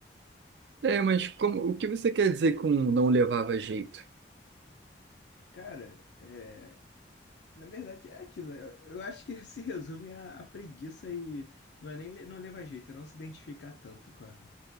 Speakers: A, on the right; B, on the left.
A: É, mas como, o que você quer dizer com não levava jeito?
B: Cara, é, Na verdade, é aquilo. né? Eu eu acho que <laughs> se resume a, a preguiça e não é nem le- não levar jeito, é não se identificar tanto com a,